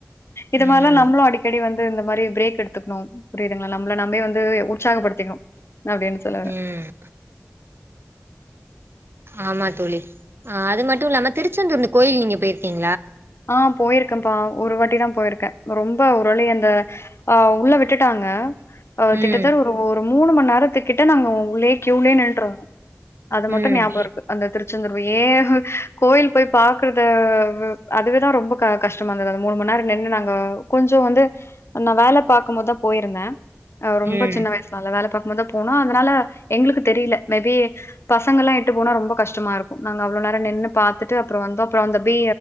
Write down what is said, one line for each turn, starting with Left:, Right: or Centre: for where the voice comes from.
Right: ம்
Left: இது மாரிலா நம்மளு அடிக்கடி வந்து இந்த மாதிரி பிரேக் எடுத்துக்கணு புரியுதுங்கலா நம்மல நாமே வந்து உற்சாகப்படுத் திக்னு அப்டின்னு சொல்ல வர்ரே
Right: ம் ஆமா தோழி ஆஹ் அது மட்டு இல்லாம திருச்செந்தூர் அந்த கோயில் நீங்க போயிருக்கீங்க
Left: ஆஹ் போயிருக்கன்ப்பா ஒரு வாட்டிதா போயிருக்கே ரொம்ப ஒருவழியா அந்த அஹ் உள்ள விட்டுட்டாங்க ஆஹ்
Right: ம்
Left: திட்டத்தர் ஒரு ஓர் மூணு மணி நேரத்துக்கிட்ட நாங்க உள்ளயே க்யூலயே நின்னுட்டு இருந்தோ அது மட்டு
Right: ம்
Left: ஞாபக இருக்கு அந்த திருச் செந்தூர் ஏ கோயில் போய் பாக்குறத அதுவேதா ரொம்ப க கஷ்டமா இருந்தது அந்த மூணு மணி நேர நின்னு நாங்க கொஞ்சோ வந்து நா வேலை பாக்கும்போதுதா போயிருந்த அவ
Right: ம்
Left: ரொம்ப சின்ன வயசுலா இல்ல வேலை பாக் கும்போதுதா போனோ அதனால எங்களுக்கு தெரியல மேபி பசங்கல்லா எட்டு போனா ரொம்ப கஷ்டமா இருக்கு நாங்க அவ்ளோ நேர நின்னு பாத்துட்டு அப்புறோ வந்தோ அப்புறோ அந்த பீ